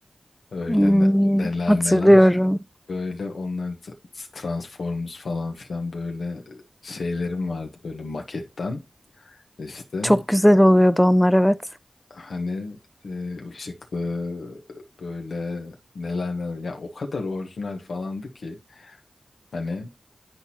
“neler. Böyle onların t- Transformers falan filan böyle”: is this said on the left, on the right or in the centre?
Left